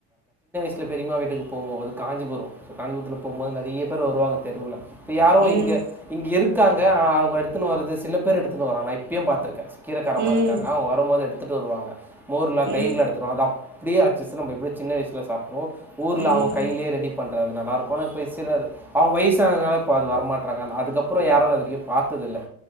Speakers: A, in the centre; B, on the right.
A: சில பெரியமா வீட்டுக்கு போவுபோது காஞ்சிபுரம் காஞ்ரத்ல் போவும்போது நிறய வருவாங்க தெருவில்ல இ யாரும்
B: ம்
A: இங்க இங்க இருக்கு இருக்காங்க அவங்க எடுத்துன் வருது சில பேர் எடுத்துட்டு வராங்க இப்பயு பாத்துருக்கே கீரகாரமாக
B: ம்
A: இருக் அவங்க வரும் போது எடுத்து ட்டு வருவாங்க மோர்ல தயர்ல
B: ம்
A: எடுத்துடும் அது அப்படியேச்சு நம்ம எப்படி சின்ன வயசுல அப்புறம் ஊர்ல
B: ம்
A: அவங்க கையிலயே ரெடி பண்ணுறது நல்லாயிருக்கும் ஆனா இப்போ சிலர் அவங்க வயசுஅனதால இப்ப அது வரமாட் ங்க அதுக்கப்புற யாரும் அதது ப்த்ததில்லை